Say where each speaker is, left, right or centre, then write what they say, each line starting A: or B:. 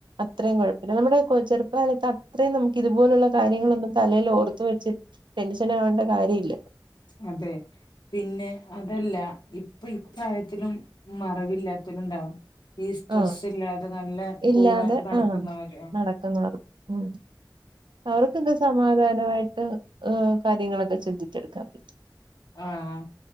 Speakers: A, on the right; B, on the left.
A: അത്ര കുഴപ്പമില്ല നമ്മുടെ ചെറുപ്പകാലത്ത് അത്രയും നമുക്ക് ഇതുപോലുള്ള കാര്യങ്ങളൊ തലയിൽ ഓർത്ത് വെച്ച് ടെൻഷനാകേണ്ട കാര്യം ഇല്ലല്ലോ
B: അതെ പിന്നെ അതല്ല ഇപ്പൊ ഇപ്രായത്തിലും മറവില്ലാത്തലും ഉണ്ടാവും ഈ സ്ട്രെസ്സ്
A: ആഹ്
B: ഇല്ലാതെ നല്ല
A: ഇല്ലാതെ
B: കൂളായിട്ട് നടക്കുന്നവരൊ
A: ആഹ് നടക്കുന്നവർക്ക് ഉം അവർക്കൊക്കെ സമാധാനമായിട്ട് കാര്യങ്ങളൊക്കെ ചിന്തിച്ചെടുക്കാൻ പറ്റും
B: ആഹ